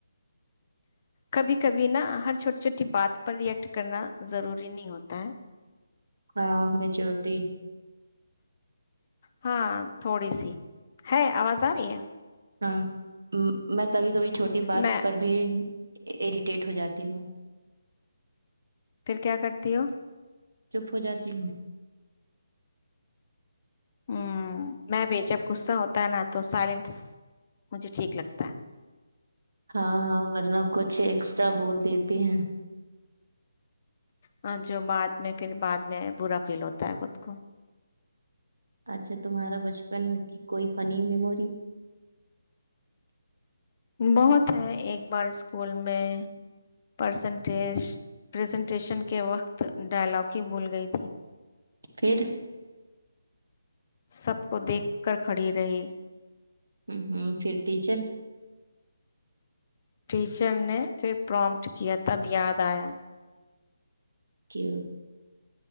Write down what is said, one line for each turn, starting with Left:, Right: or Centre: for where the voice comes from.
Left: کبھی کبھی نا ہر چھوٹی چھوٹی بات پر ریئیکٹ کرنا ضروری نہیں ہوتا ہے
Right: ہاں میچورٹی
Left: ہاں تھوڑی سی ہے آواز آ رہی ہے
Right: ہاں ہ میں کبھی کبھی چھوٹی بات
Left: میں
Right: پر بھی <inaudible> ٹ ہو جاتی ہوں
Left: پھر کیا کرتی ہو
Right: چپ ہو جاتی ہوں
Left: ہ میں بھی جب غصہ ہوتا ہے نا تو سائلنس مجھے ٹھیک لگتا ہے
Right: ہاں ہاں ورنہ کچھ ایکسٹرا بول دیتی ہیں
Left: ہاں جو بعد میں پھر بعد میں برا فیل ہوتا ہے خود کو
Right: اچھا تمہارا بچپن کی کوئی فنی میموری
Left: بہت ہیں ایک بار اسکول میں پرسنٹیج پزنٹیشن کے وقت ڈائلاگ ہی بھول گئی تھی
Right: پھر
Left: سب کو دیکھ کر کھڑی رہے
Right: ہ ہوں پھر ٹیچر
Left: ٹیچر نے پھر پرومٹ کیا تب یاد آیا
Right: کی